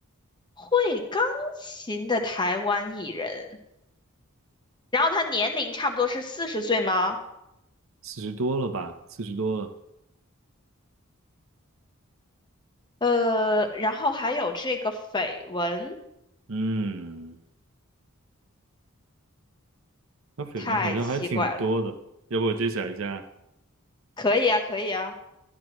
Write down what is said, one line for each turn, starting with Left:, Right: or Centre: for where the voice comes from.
Left: 会钢琴的台湾艺人，然后他年龄差不多是四十岁吗？
Right: 四十多了吧？四十多了。
Left: 呃，然后还有这个绯闻，
Right: 嗯，他绯闻好像还挺多的。
Left: 太奇怪了。
Right: 要不我揭晓一下
Left: 可以啊，可以啊。